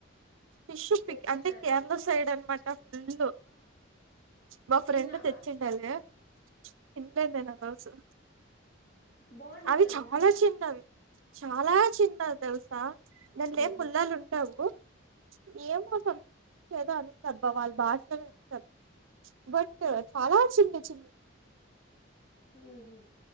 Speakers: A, on the right; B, on the left.
A: ఫిష్ పిక్
B: తెచ్చిన్నారా
A: అంటే కేరళ సైడ్ అనమాట ఫుల్ మా ఫ్రెండ్
B: తిన్నావా
A: తెచ్చిండాలిగా ఇంటందే నా కాసు
B: బాగుంటుందంట
A: అవి చాలా
B: కదా
A: చిన్న అవి చాలా చిన్న తెలుసా నందేం
B: ఉహు
A: ములాల్ ఉంటా అబ్బవు ఏమో సంథింగ్ లేదా అని స బా వాళ్ళ భాషమో చెప్తుంది బట్ చాలా చిన్న చిన్న
B: హా